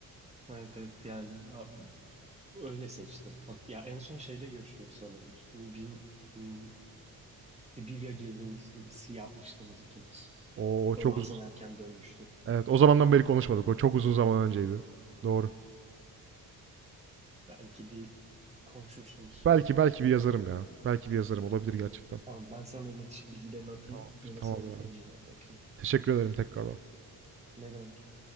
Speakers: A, on the right; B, on the right.
A: Evet evet yani ha, öyle seçti. Hat ya en son şeyde görüştün sanırım. Bin, m, Sibirya gezintisi yapmıştınız ikiniz.
B: O, o
A: Sonra
B: çok
A: Hasan
B: uzun.
A: erken dönmüştü.
B: Evet, o zamandan beri konuşmadık. O çok uzun zaman önceydi. Doğru.
A: Belki bir konuşursunuz.
B: Belki belki bir yazarım ya. Belki bir yazarım olabilir gerçekten.
A: Tamam ben sana iletişim bilgilerini atayım.
B: Tamam,
A: Yine
B: tamamdır
A: senin tercihine
B: abi.
A: bırakayım.
B: Teşekkür ederim tekrardan.
A: Ne demek?